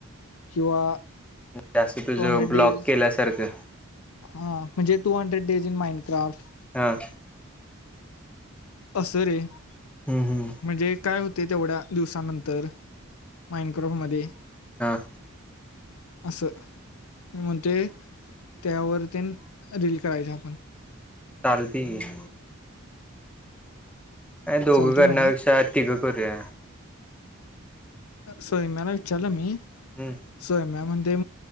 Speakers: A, on the left (about 80°); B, in the centre.
A: किंवा
B: त्या असं तुझ
A: टू हंड्रेड
B: ब्लॉग
A: डेज
B: केल्यासारखं.
A: हा म्हणजे two hundred days in Minecraft
B: हां
A: असं रे
B: हम्म हम्म
A: म्हणजे काय होतेय तेवढ्या दिवसानंतर माईंड क्रॉफ मध्ये
B: हां.
A: असं मी म्हणतोय त्यावरतीन रिल करायच आपण
B: चालतय की. काय दोघ
A: चालते
B: करण्यापेक्षा
A: ना मग
B: अ तिग करूया.
A: सोयम्याला विचारलो मी
B: हम्म
A: सोयम्या म्हण ते